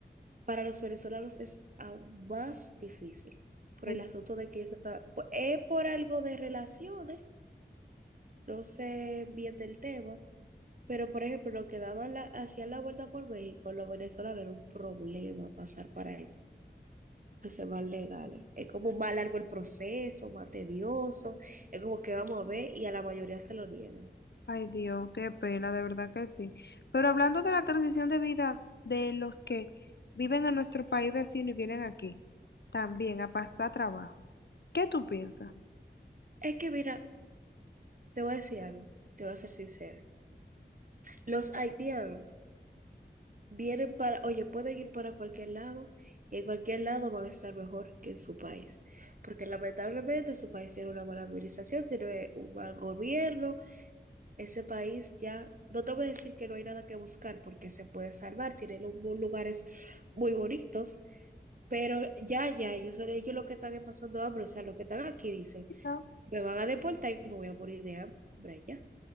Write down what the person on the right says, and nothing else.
Para los venezolanos es aún más difícil por
el asunto de que ellos están, po- es por algo de relaciones, no sé bien del tema, pero por ejemplo, lo que daban la, hacían la vuelta por México, los venezolanos era un problema pasar para que sean más legales. Es como más largo el proceso, más tedioso. Es como que vamos a ver y a la mayoría se lo niegan.
Es que mira, te voy a decir algo, te voy a ser sincera. Los haitianos vienen para, oye, pueden ir para cualquier lado y en cualquier lado van a estar mejor que en su país. Porque lamentablemente su país tiene una mala administración, tiene un mal gobierno. Ese país ya, no te voy a decir que no hay nada que buscar porque se puede salvar, tiene lu- lugares muy bonitos Pero ya, ya, ellos son ellos los que están pasando hambre, o sea, los que están aquí dicen,
me van a deportar y me voy a morir de hambre ya,